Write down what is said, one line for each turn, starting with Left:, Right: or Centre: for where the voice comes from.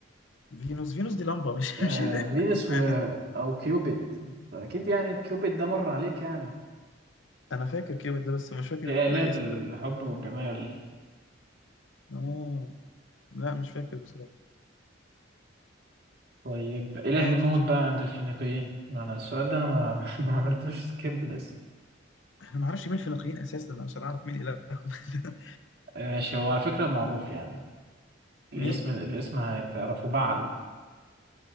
Left: فينوس فينوس دي لمبة مش
Right: آه
Left: <laughs> مش إله
Right: فينوس
Left: بالنسبة
Right: و...
Left: لي
Right: او كيوبيد اكيد يعني كيوبيد ده مر عليك يعني
Left: أنا فاكر كيوت ده بس مش فاكر
Right: دي آلهة
Left: إله إيه صدق
Right: الحب والجمال
Left: آه لا مش فاكر بصراحة
Right: طيب إله
Left: ماشي
Right: الموت بقى عند الفينيقيين أنا السؤال ده أنا ما, <laughs> ما عملتوش سكيب لسه
Left: أنا معرفش مين فينيقيين أساسا عشان أعرف مين إلههم <laughs>
Right: آه، ماشي هو على فكرة معروف يعني الاسم
Left: مين
Right: الاسم هتعرفه بعل